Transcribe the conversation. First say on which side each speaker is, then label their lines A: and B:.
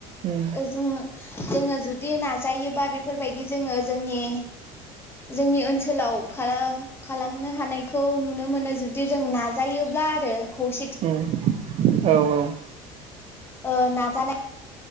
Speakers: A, on the right; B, on the left.
A: उम
B: ओ जोङो जोङो जुदि नाजायोबा बेफोरबायदि जोङो जोंनि जोंनि ओनसोलाव खालामनो हानायखौ नुनो मोनो जुदि जों नाजायोब्ला आरो खौसे
A: उम औ औ <inaudible>
B: ओ नाजानाय